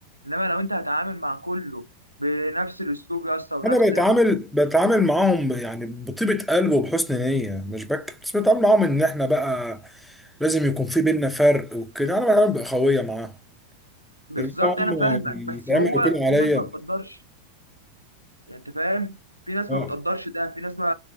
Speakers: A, on the right (about 85°); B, in the centre.
A: انما لو انت هتعامل مع كله بنفس الاسلوب يا اسطى ونفس
B: انا بتعامل بتعامل معاهم ب- يعني بطيبه قلب وبحسن نيه مش بك بس بتعامل معاهم ان احنا بقى لازم يكون في بينا فرق وكده انا بتعامل باخويه معاهم
A: بالظبط
B: يرجعوا
A: انا
B: هم
A: فاهمك
B: يتعملوا
A: بس هو
B: كده عليا
A: في ناس ما بتقدرش يعني انت فاهم في ناس
B: اه
A: ما بتقدرش ده في ناس ما